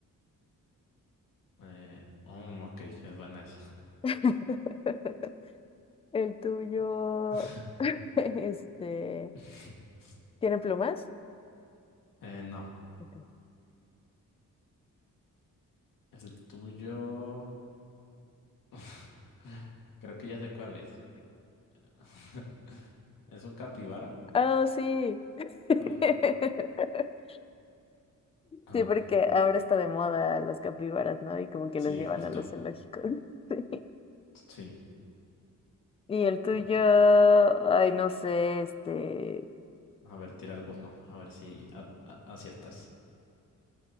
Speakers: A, on the left (about 90°); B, on the left (about 20°).
A: Eh, mm, ok, es buena esa.
B: <laughs> ¿El tuyo,
A: <laughs>
B: <laughs> este,
A: <laughs>
B: tiene plumas?
A: Eh, no.
B: Ok.
A: El tuyo. <laughs> Creo que ya sé cuál es. <laughs> ¿Es un capibara?
B: Oh, sí. <laughs>
A: Mm. <laughs> Ah,
B: Sí, porque ahora está de moda los capibaras, ¿no? Y como que
A: sí,
B: los llevan
A: justo.
B: a los zoológicos. <laughs> Sí.
A: Sí,
B: Y el tuyo,
A: ok.
B: ay, no sé, este,
A: A ver, tira alguno. A ver si a- a- aciertas.